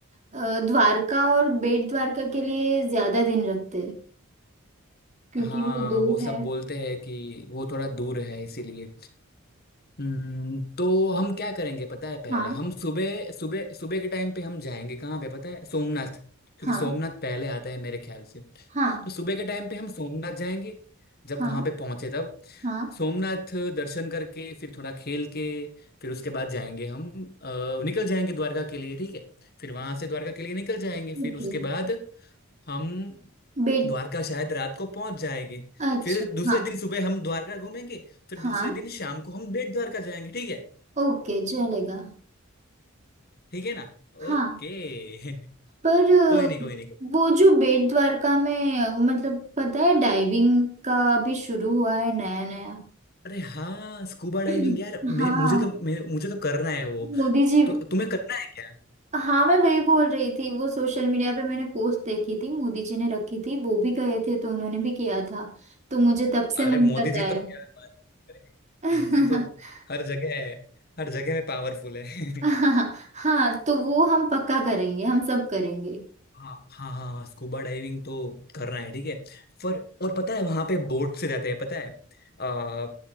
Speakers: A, on the right; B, on the left.
A: अ, द्वारका और बेट द्वारका के लिए ज्यादा दिन रखते हैं क्योंकि
B: हाँ
A: वो दो
B: वो सब
A: है
B: बोलते हैं कि वो थोड़ा दूर है इसीलिए हम्म, तो हम क्या करेंगे पता है पहले
A: हाँ
B: हम सुबह सुबह सुबह के टाइम पे हम जाएंगे कहाँ पे पता है सोमनाथ क्योंकि
A: हाँ
B: सोमनाथ पहले आता है मेरे ख्याल से
A: हाँ
B: तो सुबह के टाइम पे हम सोमनाथ जाएंगे जब
A: हाँ
B: वहां पे पहुंचे तब
A: हाँ
B: सोमनाथ दर्शन करके फिर थोड़ा खेल के फिर उसके बाद जाएंगे हम अ, निकल जाएंगे द्वारका के लिए ठीक है फिर वहां से द्वारका के लिए निकल जाएंगे
A: ओके
B: फिर उसके बाद हम
A: बेट
B: द्वारका शायद रात को पहुंच जाएंगे
A: अच्छा
B: फिर दूसरे
A: हाँ
B: दिन सुबह हम द्वारका घूमेंगे फिर
A: हाँ
B: दूसरे दिन शाम को हम बेट द्वारका जाएंगे ठीक है
A: ओके चलेगा
B: ठीक है ना
A: हाँ
B: ओके <laughs>
A: पर अ,
B: कोई नहीं कोई नहीं
A: वो जो बेट द्वारका में अ, मतलब पता है डाइविंग का अभी शुरू हुआ है नया नया
B: अरे हाँ स्कूबा डाइविंग
A: <clears throat>
B: यार मे,
A: हाँ
B: मुझे तो मे, मुझे तो करना है वो
A: मोदी जी
B: तु, तुम्हें करना है क्या
A: हाँ मैं वही बोल रही थी वो सोशल मीडिया पे मैंने पोस्ट देखी थी मोदी जी ने रखी थी वो भी गए थे तो उन्होंने भी किया था तो मुझे तब से
B: अरे
A: मन
B: मोदी
A: कर
B: जी
A: रहा
B: तो
A: है
B: क्या बात करें
A: <laughs>
B: मोदी जी तो हर जगह है हर जगह में पावरफुल है
A: हाँ
B: <laughs>
A: हाँ तो वो हम पक्का करेंगे हम सब करेंगे
B: हाँ हाँ हाँ हाँ, स्कूबा डाइविंग तो करना है ठीक है पर और पता है वहां पे बोट से जाते हैं पता है आ,